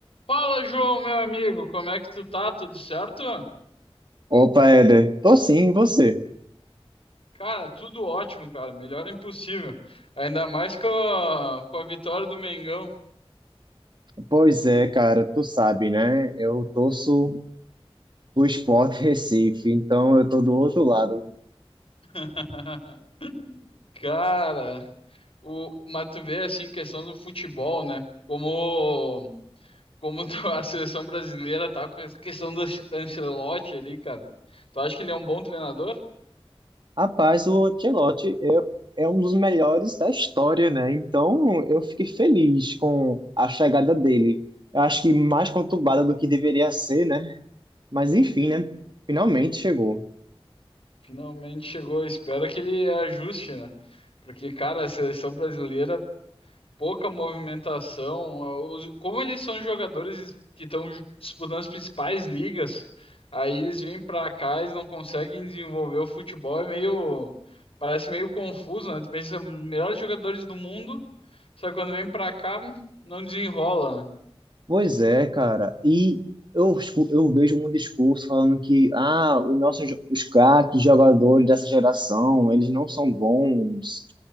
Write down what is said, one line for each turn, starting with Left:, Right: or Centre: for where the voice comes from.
Left: Fala, João, meu amigo, como é que tu tá? Tudo certo?
Right: Opa, Éder, tô sim, e você?
Left: Cara, tudo ótimo, cara. Melhor é impossível. Ainda mais com a, com a vitória do Mengão.
Right: Pois é, cara, tu sabe, né? Eu torço pro Sport <laughs> Recife, então eu tô do outro lado.
Left: <laughs> Cara, o, mas tu vê assim, questão do futebol, né? Como, como <laughs> tu- a seleção brasileira tá com essa questão do Ancelotti ali, cara. Tu acha que ele é um bom treinador?
Right: Rapaz, o Ancelotti é, é um dos melhores da história, né? Então eu fiquei feliz com a chegada dele. Eu acho que mais conturbada do que deveria ser, né? Mas enfim,
Left: Hum,
Right: né? Finalmente chegou.
Left: Finalmente chegou. Espero que ele ajuste, né? Porque, cara, a seleção brasileira. pouca movimentação. Os- Como eles são jogadores que estão ju- disputando as principais ligas, aí eles vêm pra cá, e não conseguem desenvolver o futebol, é meio, parece meio confuso, né? Tu pensa, melhores jogadores do mundo, só que quando vem pra cá, não desenrola,
Right: Pois é, cara. E eu, escu- eu vejo um discurso falando que ah, os nossos os craques, jogadores dessa geração, eles não são bons,